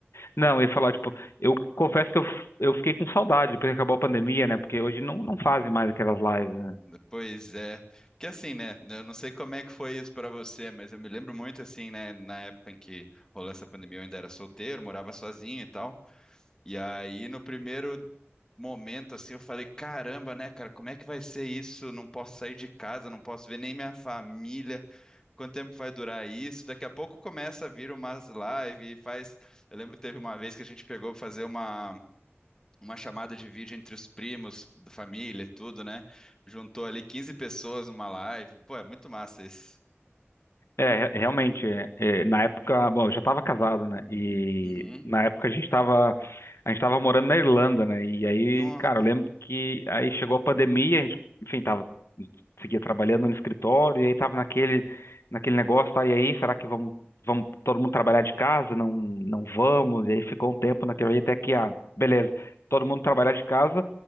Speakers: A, on the left; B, on the left.
A: não, eu ia falar, tipo, eu confesso que eu, eu fiquei com saudade depois que acabou a pandemia, né? Porque hoje não, não fazem mais aquelas lives, né?
B: Pois é. Porque assim, né? Eu não sei como é que foi isso pra você, mas eu me lembro muito assim, né? Na época em que rolou essa pandemia, eu ainda era solteiro, morava sozinho e tal. E aí, no primeiro momento, assim, eu falei: caramba, né, cara, como é que vai ser isso? Não posso sair de casa, não posso ver nem minha família. Quanto tempo vai durar isso? Daqui a pouco começa a vir umas lives, faz. Eu lembro que teve uma vez que a gente pegou pra fazer uma, uma chamada de vídeo entre os primos, da família, e tudo, né? Juntou ali quinze pessoas numa live. Pô, é muito massa isso.
A: É, re- realmente, é, é, na época, bom, eu já estava casado, né? E
B: Uhum.
A: na época a gente estava a gente estava morando na Irlanda, né? E aí,
B: No...
A: cara, eu lembro que aí chegou a pandemia, a gente, enfim, tava seguia trabalhando no escritório e aí tava naquele naquele negócio, tá? E aí, será que vamos vamos todo mundo trabalhar de casa? Não não vamos. E aí ficou um tempo naquele aí até que ah, beleza, todo mundo trabalhar de casa